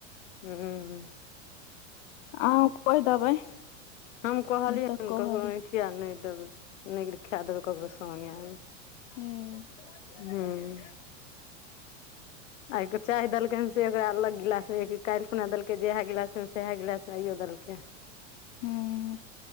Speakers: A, on the left; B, on the left.
A: हूंं
B: आब कहि देबै।
A: हम कहलियै
B: तऽ
A: हन
B: कहली
A: ककरो अऐँठि आ नहि देबै नहि खाए देबै ककरो संगे आब।
B: हूं
A: हूं आइ त चाय देलकै हन से ओकरा अलग गिलास मे एक कालि खुना देलक के जेहे गिलास में सेहे गिलास में आइयो देलकै।
B: हूं